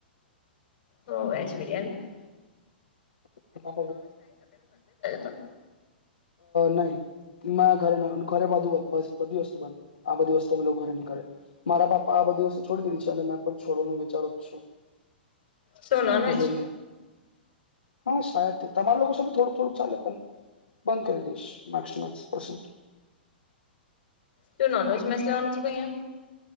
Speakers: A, on the left; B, on the left.
A: હો વેજ બિરયાની
B: <unintelligible> અ
A: તો
B: નહી ઘરે ઘરેધું બધી વસ્તુ બંધ આ બધી વસ્તુ અમે લોકો ઘરે નીકે મારા પાપા આ બધી વસ્તુ છોડી દીધી છે અને મેં પણ છોડવાનું વિચારું જ છું
A: શું નોનવેજ
B: જોઈએ હા શાયદ તમારા લોકો સાથે થોડુંક થોડુંક ચાલે પણ બંધ કરી દઈશ માર્ ટુ માસ પરસન્ટ
A: તો નોનવેજ મસલાઓના તો તહીયા